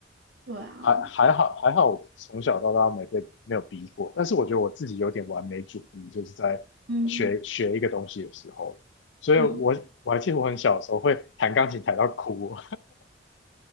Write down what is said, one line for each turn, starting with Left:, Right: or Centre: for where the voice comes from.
Right: 对啊，
Left: 还还好还好，我从小到大没被没有逼过，但是我觉得我自己有点完美主义，就是在学学一个东西的时候，
Right: 嗯
Left: 所以我我还记得我很小的时候会弹钢琴弹到哭，
Right: 嗯，